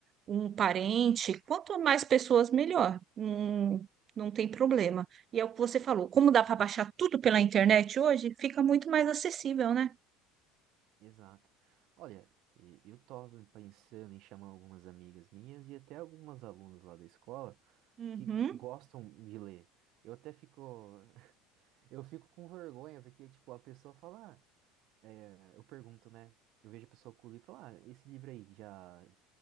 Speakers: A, on the right; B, on the right.
A: um parente. Quanto mais pessoas, melhor. Hum, não tem problema. E é o que você falou. Como dá para baixar tudo pela internet hoje, fica muito mais acessível, né?
B: Exato. Olha, e- eu estava pensando em chamar algumas amigas minhas e até algumas alunas lá da escola
A: Uhum.
B: que gostam de ler. Eu até fico, <laughs> eu fico com vergonha, porque, tipo, a pessoa fala, ah, é, eu pergunto, né? Eu vejo a pessoa com o livro e falo, ah, esse livro aí já